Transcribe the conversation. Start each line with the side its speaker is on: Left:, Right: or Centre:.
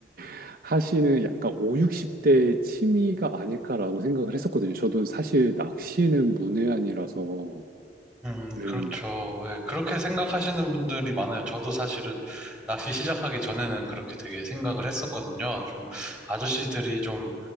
Right: <laughs> 하시는 약간 5, 60대의 취미가 아닐까라고 생각을 했었거든요. 저도 사실 낚시는 문외한이라서.
Centre: 음,
Right: 네.
Centre: 그렇죠. 예, 그렇게 생각하시는 분들이 많아요. 저도 사실은 낚시 시작하기 전에는 그렇게 되게 생각을 했었거든요. 좀 아저씨들이 좀,